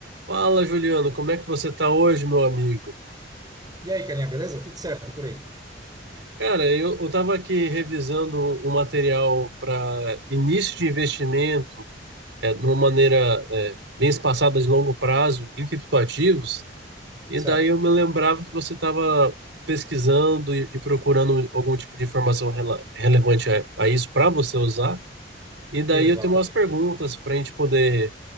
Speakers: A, on the right; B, on the right.
A: Fala, Juliano, como é que você está hoje, meu amigo?
B: E aí, carinha, beleza? Tudo certo e por aí?
A: Cara, eu, estava aqui revisando um material para início de investimento, é, de uma maneira, é, bem espaçada de longo prazo, em criptoativos, e
B: Certo.
A: daí eu me lembrava que você estava pesquisando e, e procurando algum tipo de informação rela- relevante a, a isso para você usar, e daí
B: Exatamente.
A: eu tenho umas perguntas para a gente poder